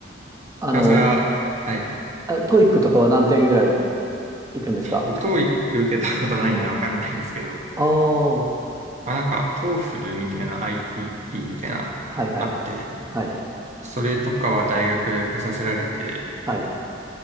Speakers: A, on the right; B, on the right.
A: あの、
B: からそれは、はい。
A: あ、トイックとかは何点ぐらいいくんですか
B: 僕、TOEIC 受けたことないんでわかんないんですけど、
A: ああー、
B: まあなんか、TOEFL みたいな ITP みたいな、
A: はいはい、
B: あって、
A: はい、
B: それとかは大学へ受けさせられて、
A: はい。